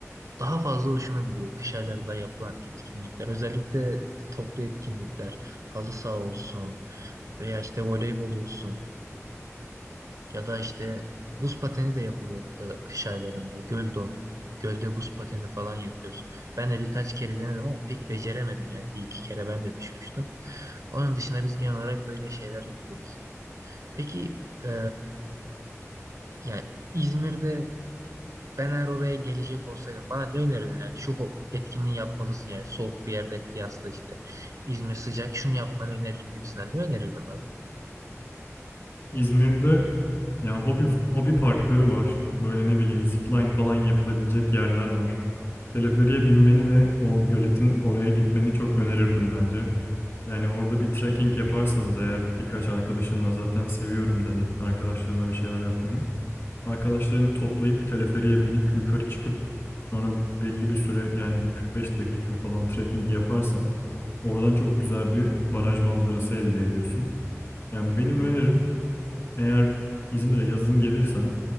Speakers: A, on the right (about 80°); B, on the left (about 55°).
A: daha fazla hoşuma gidiyor kış aylarında yapılan etkinlikler. Özellikle toplu etkinlikler. Halı saha olsun veya işte voleybol olsun. Ya da işte buz pateni de yapılıyor burada kış aylarında. Göl donuyor. Gölde buz pateni falan yapıyoruz. Ben de birkaç kere denedim ama pek beceremedim yani. Bir iki kere ben de düşmüştüm. Onun dışında biz genel olarak böyle şeyler yapıyoruz yani. Peki e, yani İzmir'de ben eğer oraya gelecek olsaydım bana ne önerirdin yani şu ho- etkinliği yapmalısın yani soğuk bir yerde kıyasla işte İzmir sıcak şunu yapmanı öneririm gibisinden ne önerirdin
B: İzmir'de yani hobi hobi parkları var. Böyle ne bileyim zipline falan yapılabilecek yerler var. Teleferiğe binmeni ve o göletin oraya gitmeni çok önerirdim bence. Yani orada bir trekking yaparsanız eğer birkaç arkadaşınla zaten seviyorum dedin arkadaşlarımla bir şeyler yapmayı. Arkadaşlarını toplayıp teleferiğe binip yukarı çıkıp sonra belli bir süre yani bir 45 dakika falan trekking yaparsan oradan çok güzel bir baraj manzarası elde ediyorsun. Yani benim önerim eğer İzmir'e yazın gelirsen